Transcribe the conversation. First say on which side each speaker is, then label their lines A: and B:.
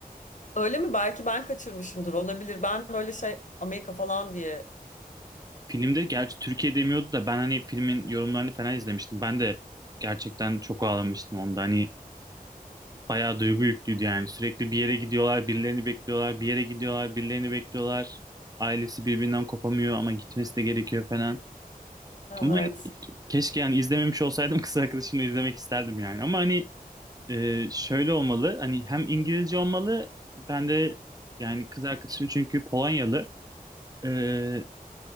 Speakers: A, on the left (about 55°); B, on the right (about 25°).
A: Öyle mi? Belki ben kaçırmışımdır. Olabilir. Ben böyle şey Amerika falan diye.
B: Filmde gerçi Türkiye demiyordu da ben hani filmin yorumlarını falan izlemiştim. Ben de gerçekten çok ağlamıştım onda. Hani bayağı duygu yüklüydü yani. Sürekli bir yere gidiyorlar, birilerini bekliyorlar, bir yere gidiyorlar, birilerini bekliyorlar. Ailesi birbirinden kopamıyor ama gitmesi de gerekiyor falan.
A: Evet.
B: Ama hani keşke yani izlememiş olsaydım kız arkadaşımla izlemek isterdim yani. Ama hani Ee, şöyle olmalı hani hem İngilizce olmalı ben de yani kız arkadaşım çünkü Polonyalı Ee,